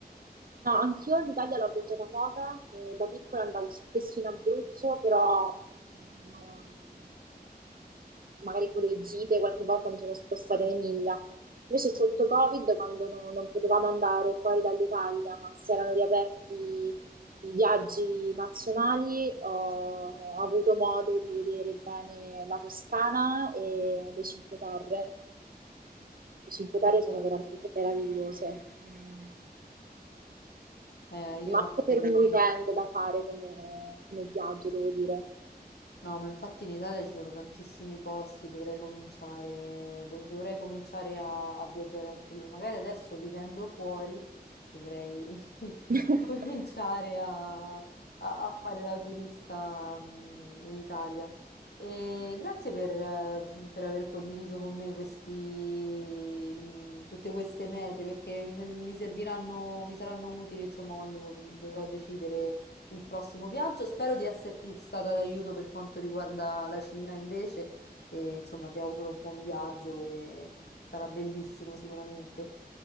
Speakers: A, on the right; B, on the left.
A: No, anch'io l'Italia l'ho viaggiata poca, e da piccola andavo spesso in Abruzzo, però mh, non- magari pure gite, qualche volta mi sono spostata in Emilia. Invece sotto Covid, quando no- non potevamo andare fuori dall'Italia, ma si erano riaperti i viaggi nazionali, ho, ho avuto modo di vedere bene la Toscana e le Cinque Terre. le Cinque Terre
B: Ok.
A: sono veramente meravigliose, ehm,
B: Eh, io
A: ma anche
B: anche
A: per
B: dovrei.
A: un weekend da fare come, come viaggio, devo dire.
B: No, ma infatti in Italia ci sono tantissimi posti, dovrei cominciare, do- dovrei cominciare a, a viaggiare anche lì. Magari adesso vivendo fuori dovrei <laughs>
A: <laughs>
B: cominciare a, a- a fare la turista mm, in Italia. E grazie per, eh, per aver condiviso con me questi, mm, tutte queste mete, perché mi, mi serviranno, mi saranno utili, insomma, quando dovrò decidere. il prossimo viaggio. Spero di esserti stata d'aiuto per quanto riguarda la Cina invece e insomma ti auguro un buon viaggio e sarà bellissimo sicuramente.